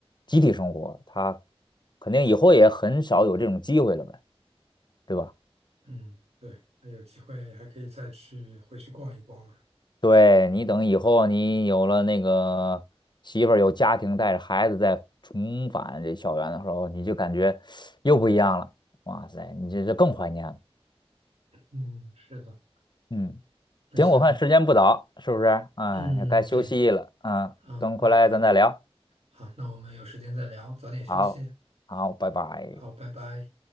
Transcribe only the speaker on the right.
嗯，对，那有机会还可以再去回去逛一逛啊。
嗯，是的。
那行，
嗯，
对
啊，
那好，那我们有时间再聊，早点休息。
好，拜拜。